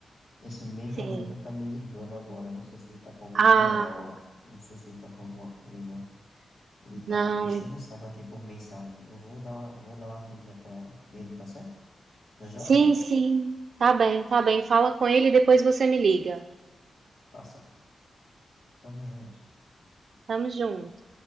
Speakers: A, on the left (about 70°); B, on the right (about 70°).
A: esse mesmo
B: Sim.
A: amigo tá me ligando agora. Eu não sei se ele tá com algum
B: Ah,
A: BO, não sei se ele tá com alguma coisa. Ele tá
B: não,
A: me enchendo o saco aqui por mensagem. Eu vou dar uma, vou dar uma atendida pra ele, tá certo? Já já
B: sim,
A: eu volto.
B: sim, tá bem, tá bem, fala com ele e depois você me liga.
A: Tá certo. Tamo junto.
B: Estamos junto.